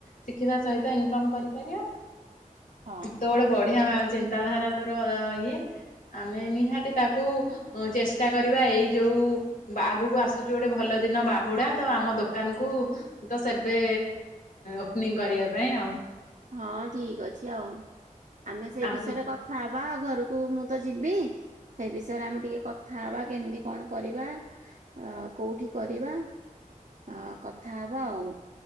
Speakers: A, on the left; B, on the right.
A: ଶିଖିବା ସହିତ ଇନକମ୍ କରିପାରିବା
B: ହଁ।
A: ଯେତେ ବେଳେ ବଢିଆ। ଚିନ୍ତାଧାରା ତୋର ଇଏ ଆମେ ନିହାତି ତାକୁ। ଉଁ ଚେଷ୍ଟା କରିବା ଏଇ ଯୋଉ। ଆଗକୁ ଆସୁଚି ଗୋଟେ ଭଲ ଦିନ ବାହୁଡା ତ ଆମ ଦୋକାନ କୁ। ତ ସେବେ ଓପନିଂ କରିବା ପାଇଁ ଆଉ।
B: ହଁ ଠିକ ଅଛି ଆଉ, ଆମେ ସେ
A: ଆମ
B: ବିଷୟରେ କ ଥା ହବା ଘରକୁ ମୁଁ ତ ଯିବି। ସେ ବିଷୟରେ ଆମେ ଟିକେ କଥା ହବା କେମିତି କଣ କରିବା। ଅ କୋଉଠି କରିବା ଅ କଥା ହବା ଆଉ।